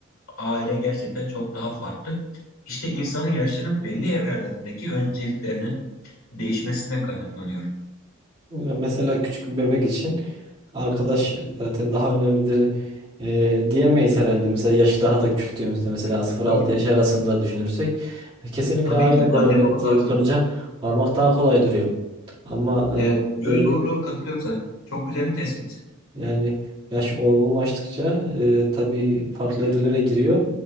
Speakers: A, on the left; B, on the right.
A: aile gerçekten çok daha farklı. İşte insanın yaşlarının belli evrelerindeki önceliklerinin değişmesinden kaynaklanıyor.
B: Ya Mesela küçük bir bebek için arkadaş zaten daha önemlidir eee, diyemeyiz herhalde. Mesela yaşı daha da küçülttüğümüzde mesela 0-6
A: Tabii ki.
B: yaş arasında düşünürsek e, kesinlikle
A: Tabii
B: aile
A: ki anne
B: dememe
A: baba
B: diye
A: daha
B: bir
A: şeydir.
B: sonuca varmak daha kolay duruyor. Ama
A: Evet.
B: eee
A: Yo,
B: dediğim
A: yo, doğru
B: gibi
A: doğru katılıyorum sana. Çok güzel bir tespit.
B: Yani yaş olgunlaştıkça e, tabii farklı evrelere giriyor.